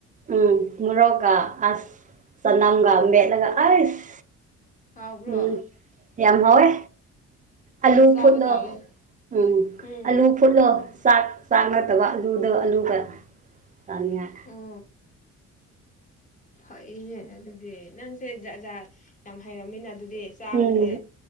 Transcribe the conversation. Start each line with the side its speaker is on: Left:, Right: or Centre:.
Right: ꯎꯝ ꯃꯣꯔꯣꯛꯒ ꯑꯁ ꯆꯥꯅꯝꯒ ꯃꯦꯠꯂꯒ ꯑꯩꯁ
Left: ꯍꯥꯎꯕ꯭ꯔꯣ
Right: ꯎꯝ ꯌꯥꯝ ꯍꯥꯎꯋꯦ ꯑꯂꯨ
Left: ꯑꯩ ꯆꯥꯕ
Right: ꯐꯨꯠꯂꯣ
Left: ꯇꯥꯔꯦ
Right: ꯎꯝ
Left: ꯎꯝ
Right: ꯑꯂꯨ ꯐꯨꯠꯂꯣ ꯆꯥꯛ ꯆꯥꯡ ꯅꯠꯇꯕ ꯑꯂꯨꯗꯣ ꯑꯂꯨꯒ ꯆꯥꯅꯤꯡꯉꯥꯏ
Left: ꯑꯣ ꯐꯩꯍ‌ꯦ ꯑꯗꯨꯗꯤ ꯅꯪꯁꯦ ꯖꯥꯠ ꯖꯥꯠ ꯌꯥꯝ ꯍꯩꯔꯝꯃꯤꯅ ꯑꯗꯨꯗꯤ ꯆꯥꯕꯁꯦ
Right: ꯎꯝ